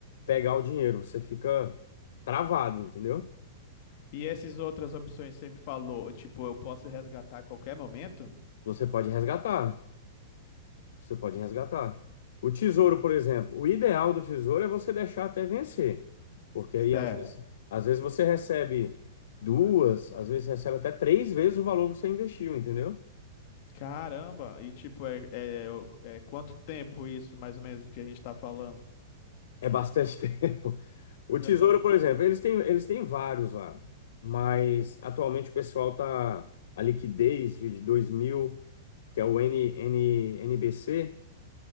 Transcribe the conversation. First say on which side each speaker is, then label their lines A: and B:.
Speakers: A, on the left (about 70°); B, on the left (about 50°).
A: pegar o dinheiro. Você fica travado, entendeu?
B: E essas outras opções que você me falou, tipo, eu posso resgatar a qualquer momento?
A: Você pode resgatar, você pode resgatar. O tesouro, por exemplo, o ideal do tesouro é você deixar até vencer, porque aí
B: Certo.
A: às vezes, às vezes você recebe duas, às vezes recebe até três vezes o valor que você investiu, entendeu?
B: Caramba! E tipo, é, é, é é quanto tempo isso, mais ou menos, do que a gente tá falando?
A: É bastante <laughs> tempo. O
B: <laughs>
A: Tesouro, por exemplo, eles têm, eles têm vários lá, mas atualmente o pessoal tá a liquidez de de 2000, que é o N, N, N B C,